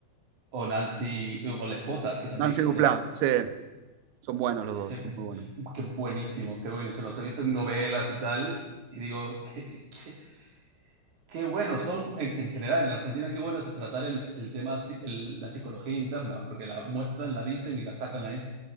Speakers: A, on the right (about 50°); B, on the right (about 80°).
A: o Nancy, o la esposa, que también
B: Nancy
A: es
B: Duplá,
A: que
B: sí, son buenos los
A: Es
B: dos,
A: que,
B: son muy buenos.
A: qué buenísimos, qué buenísimos. Los he visto en novelas y tal, y digo, qué, qué, qué buenos son, en, en, general, en Argentina, qué bueno es tratar el, el tema, si, el, la psicología interna, porque la muestran, la dicen y la sacan ahí.